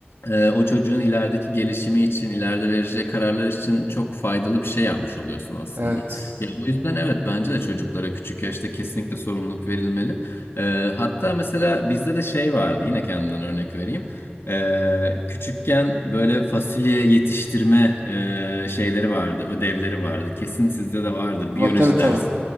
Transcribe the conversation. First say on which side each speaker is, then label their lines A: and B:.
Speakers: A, on the left; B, on the right.
A: e, o çocuğun ilerideki gelişimi için, ileride vereceği kararlar için çok faydalı bir şey yapmış oluyorsun aslında.
B: Evet.
A: Ya o yüzden evet bence de çocuklara küçük yaşta kesinlikle sorumluluk verilmeli. E, hatta mesela bizde de şey vardı yine kendimden örnek vereyim. E, küçükken böyle fasulye yetiştirme e, şeyleri vardı, ödevleri vardı. Kesin sizde de vardır
B: Ama
A: biyoloji
B: tabii tabii.
A: dersi.